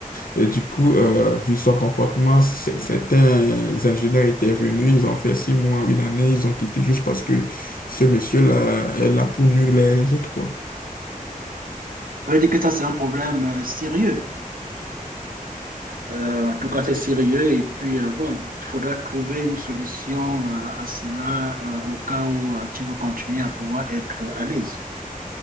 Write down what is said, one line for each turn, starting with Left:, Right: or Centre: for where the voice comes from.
Left: Et du coup, euh, vu son comportement, c- certains ingénieurs étaient venus, ils ont fait six mois, une année, ils ont quitté juste parce que ce monsieur-là est là pour nuire les autres, quoi.
Right: Ça veut dire que ça, c'est un problème euh, sérieux Euh, en tout cas, c'est sérieux. Et puis, euh, bon, il faudra trouver une solution euh, à cela euh, au cas où euh, tu veux continuer à pouvoir être à l'aise.